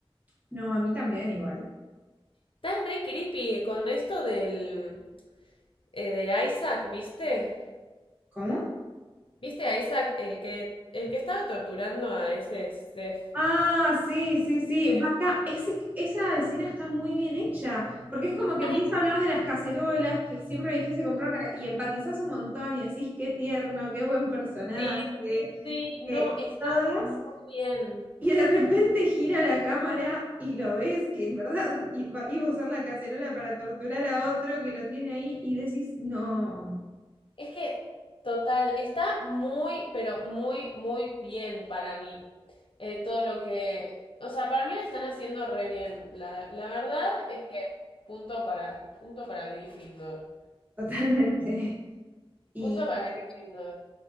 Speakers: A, on the right; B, on the left.
A: No, a mí también igual.
B: Está re creepy con esto del, eh, de Isaac, ¿viste?
A: ¿Cómo?
B: ¿Viste a Isaac, el que, el que estaba torturando a ese Seth?
A: Ah, sí, sí, sí.
B: Eh,
A: Vaca, ese- esa escena está muy bien hecha, porque es como que
B: Ay,
A: empieza a hablar de las cacerolas, que siempre me quise comprar una, ca- y empatizás un montón y decís, qué tierno, qué buen personaje,
B: sí, sí, sí,
A: eh,
B: no, está
A: todas,
B: muy bien.
A: y de repente gira la cámara y lo ves que en verdad iba, iba a usar la cacerola para torturar a otro que lo tiene ahí y decís, no.
B: Es que, total, está muy, pero muy, muy bien para mí. Eh, todo lo que... O sea, para mí la están haciendo re bien. La, la verdad es que punto para, punto para Gryffindor.
A: totalmente. <laughs> Y
B: Punto para Gryffindor.